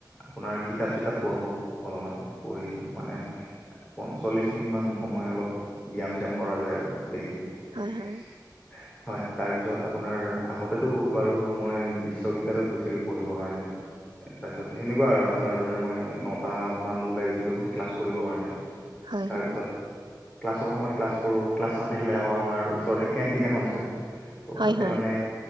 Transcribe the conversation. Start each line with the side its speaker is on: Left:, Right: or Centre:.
Left: আপোনাৰ কিতাপ চিতাপ পঢ়ো অলপমান। পঢ়ি মানে পচল্লিশ মিনিট মান সময় অলপ ব্যায়াম চ্যাম কৰা যায় আৰু ডেইলি।
Right: হয় হয়।
Left: উ <inaudible> হয়, তাৰপিছত আপোনাৰ আগতেতো বাৰু মই বিশ্ববিদ্যালয়ত গৈছিলো পঢ়িবৰ কাৰণে। তাৰপিছত সেনেকুৱা আৰু আপোনাৰ দৰে মই নট মান ওলাই গৈছোঁ। ক্লাছ কৰিব কাৰণে
Right: হয়
Left: তাৰপিছ।
Right: হয়
Left: ক্লাছৰ সময়ত কলাছ কৰোঁ ক্লাছথাকিলে আকৌ আমাৰ ওচৰতে কেণ্টিন এখন আছিল। ত'
Right: হয়
Left: তাতে
Right: হয়
Left: মানে,